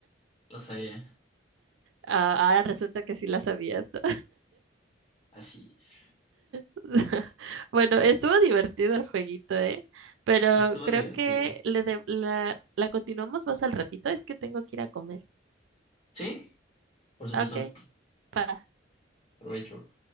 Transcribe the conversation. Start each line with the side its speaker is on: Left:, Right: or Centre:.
Left: Lo sabía.
Right: Ah, ahora resulta que sí la sabías, ¿no?
Left: Así es.
Right: <laughs> Bueno, estuvo divertido el jueguito, ¿eh? Pero
Left: Estuvo
Right: creo
Left: divertido.
Right: que le de- la, la continuamos más al ratito. Es que tengo que ir a comer.
Left: ¿Sí? Por supuesto.
Right: Ok, pa.
Left: Provecho.